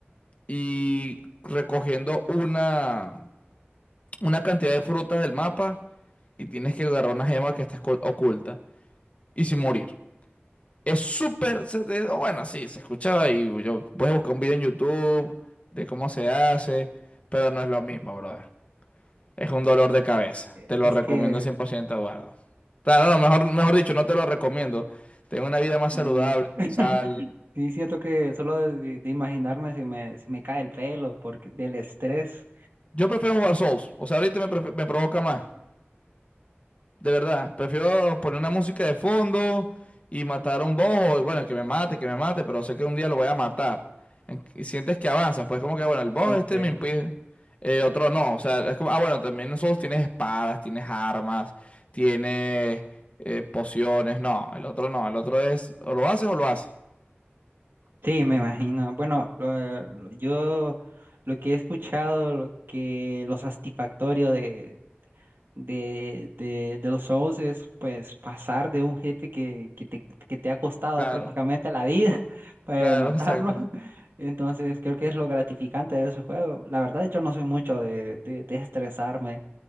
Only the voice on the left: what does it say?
y recogiendo una una cantidad de frutas del mapa y tienes que agarrar una gema que está escol- oculta y sin morir. Es súper. se te- o Bueno, sí, se escuchaba y yo puedes buscar un video en YouTube de cómo se hace, pero no es lo mismo, brother. Es un dolor de cabeza.
Te lo
recomiendo
cien por ciento Eduardo. Claro, no, mejor, mejor dicho, no te lo recomiendo. Tengo una vida más
saludable,
sal.
Yo prefiero jugar Souls. O sea, ahorita me, pref- me provoca más. De verdad, prefiero poner una música de fondo y matar a un boss, o bueno, que me mate, que me mate, pero sé que un día lo voy a matar. En- Y sientes que avanzas, pues como que, bueno, el boss
este me impide, el otro no, o sea, es como, ah, bueno, también nosotros tienes espadas, tienes armas, tienes eh, pociones, no, el otro no, el otro es, o lo haces o lo haces.
Claro,
claro,
<laughs> exacto.